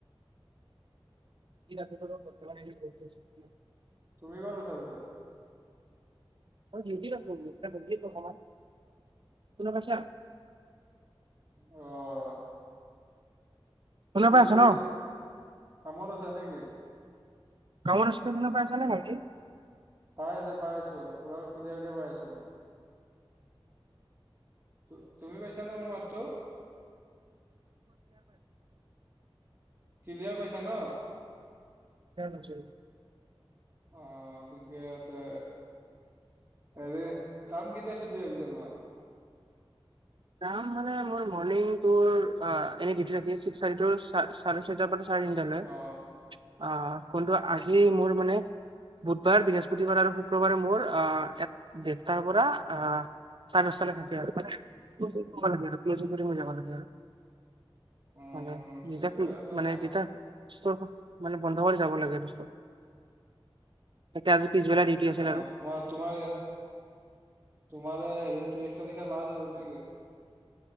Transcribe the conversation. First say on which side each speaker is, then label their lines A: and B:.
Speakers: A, on the right; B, on the right.
A: <unintelligible>
B: তুমি ক'ত আছা পিছে?
A: মই ডিউটিত আছোঁ। <unintelligible> শুনা পাইছা?
B: অ'।
A: শুনা
B: কি
A: পাই আছা
B: কৰি-
A: ন
B: কামত আছা নেকি?
A: কামত আছোঁ। তই শুনা পাই আছা নে ভালকে?
B: পাই আছোঁ - পাই আছোঁ। পুৰা ক্লিয়াৰকে পাই আছোঁ মই। ত- তুমি পাইছা নে মোৰ মাতটো? ক্লিয়াৰ পাইছা ন'?
A: <inaudible>
B: অ' ঠিকে আছে। হেৰি কাম কেতিয়া ছুটি হয় পিছে তোমাৰ?
A: কাম মানে মোৰ মৰ্নিঙ তোৰ অ'- এনে ডিউটি ৰাতি তো ছিক্স থাৰ্টি টু ছা- ছাৰে ছয়টাৰ পৰা ছাৰে তিনিটালৈ।
B: অ
A: অ' ফোনটো আজি মোৰ মানে বুধবাৰ, বৃহস্পতিবাৰ আৰু শুক্ৰবাৰে মোৰ অ'- এক দেৰটাৰ পৰা অ ছাৰে দশটালৈ থাকে আৰু। <unintelligible> কৰিব মই যাব লাগে আৰু। <inaudible>
B: উম ঠিকে
A: নিজকে উ-
B: আছে
A: মানে
B: ন
A: যেইতা ষ্টোৰখন মানে বন্ধ কৰি যাব লাগে দশটাত। তাকে আজি পিছবেলা ডিউটি আছিল
B: অ'
A: আৰু
B: তম- তোমাৰে- তোমাৰ এ হেৰি ত্ৰিশ তাৰিখে লাষ্ট আৰু নেকি?